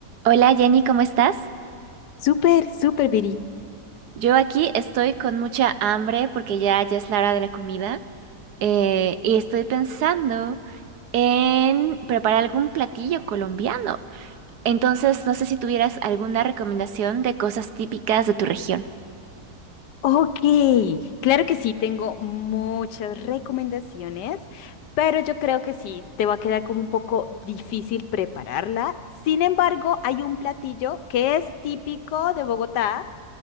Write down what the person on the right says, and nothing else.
Hola Jenny, ¿cómo estás?
Yo aquí estoy con mucha hambre porque ya, ya es la hora de la comida eh, y estoy pensando en preparar algún platillo colombiano. Entonces, no sé si tuvieras alguna recomendación de cosas típicas de tu región.